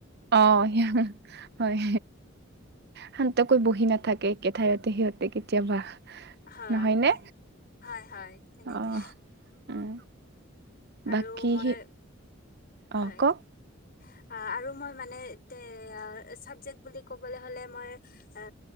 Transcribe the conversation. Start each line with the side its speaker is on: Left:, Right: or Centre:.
Right: অ স হয় শান্তকৈ বহি নাথাকে। থাইৰতে সিহঁতে কেতিয়াবা।
Left: হয়
Right: নহয়নে
Left: হয় হয় তেনেকে।
Right: অ উম
Left: আৰু
Right: বাকী
Left: মই,
Right: সি অ
Left: হয়।
Right: কওক
Left: আঁহ, আৰু মই মানে এ চাবজেক্ট বুলি ক'বলৈ হলে মই। এ